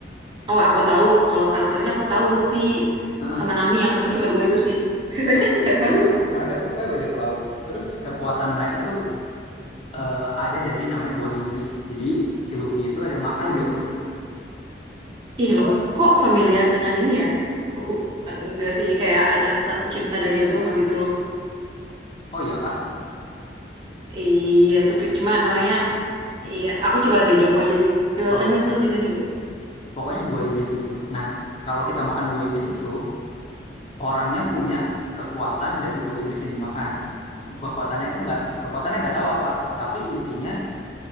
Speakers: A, on the right (about 25°); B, on the left (about 30°).
A: oh aku tahu kalau karakternya aku tahu Luffy
B: Heeh.
A: sama Nami yang aku tahu cuma dua itu sih sisanya
B: Nah,
A: <laughs> nggak tahu
B: betul kan? Mereka tuh pokoknya bajak laut. Terus kekuatan mereka tuh eh, ada dari namanya buah iblis. Jadi si Luffy itu ada makan
A: waduh
B: buah iblis.
A: ih
B: Pokoknya,
A: loh kok familiar dengan ini ya uh, enggak sih kayak ada satu cerita dari agama gitu loh
B: oh iya kah?
A: Iya, itu Pi. cuma namanya Iya, aku coba dejavu aja sih. Coba
B: Oh,
A: lanjut
B: oke.
A: lanjutin coba.
B: Pokoknya buah iblis gitu. Nah, kalau kita makan buah iblis itu orangnya punya kekuatan dari buah iblis yang dimakan. Kekuatannya tuh nggak kekuatannya nggak tahu apa, tapi intinya